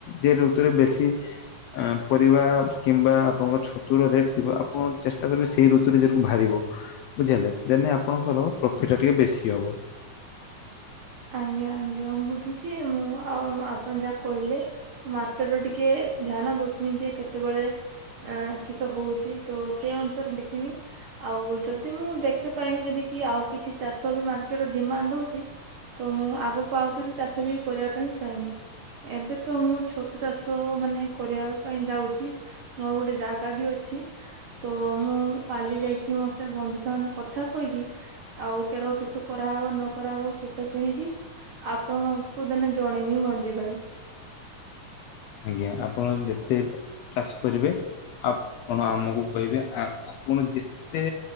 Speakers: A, on the left (about 80°); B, on the right (about 65°).
A: ଯେ ଋତୁରେ ବେଶୀ। ପରିବା କିମ୍ବା ଆପଣଙ୍କ ଛତୁର ରେଟ୍ ଥିବ ଆପଣ ଚେଷ୍ଟା କରିବେ ସେଇ ଋତୁରେ ଯକୁ ବାହାରିବ। ବୁଝିହେଲେ ଦେନ ଆପଣଙ୍କର ପ୍ରଫିଟ ଟା ଟିକେ ବେଶୀ ହବ।
B: ଆଜ୍ଞା ଆଜ୍ଞା ବୁଝୁଛି ମୁଁ ଆଉ ଆପଣ ଯାହା କହିଲେ। ମାର୍କେଟ ର ଟିକେ ଧ୍ୟାନ ଦଉଥମି ଯେ କେତେବେଳେ ଅ କିସ ହଉଛି ତ ସେ ଅନୁସାରେ ଦେଖିବି। ଆଉ ଯଦି ମୁଁ ଦେଖତେ ପାଇନି ଯଦି କି ଆଉ କିଛି ଚାଷ ବି ମାର୍କେଟ ର ଡିମାଣ୍ଡ ହଉଛି ତ ମୁଁ ଆଗକୁ ଆଉ କିଛି ଚାଷ ବି କରିବା ପାଇଁ ଚାହିଁବି। ଏବେ ତ ମୁଁ ଛତୁ ଚାଷ ମାନେ କରିବା ପାଇଁ ଯାଉଛି। ମୋର ଗୋଟେ ଜାଗା ବି ଅଛି। ତ ମୁଁ କାଲି ଯାଇକି ମୋ ସେ ବନ୍ଧୁ ସାଙ୍ଗ କଥା କହିକି ଆଉ କେର କିସ କରାହବ ନ କରାହବ ତ କିଣିକି ଆପଣଙ୍କୁ ଦେନେ ଜଣେଇମି ମଞ୍ଜି ପାଇଁ।
A: ଆଜ୍ଞା ଆପଣ ଯେତେ ଚାଷ କରିବେ ଆପଣ ଆମକୁ କହିବେ ଆପଣ ଯେତେ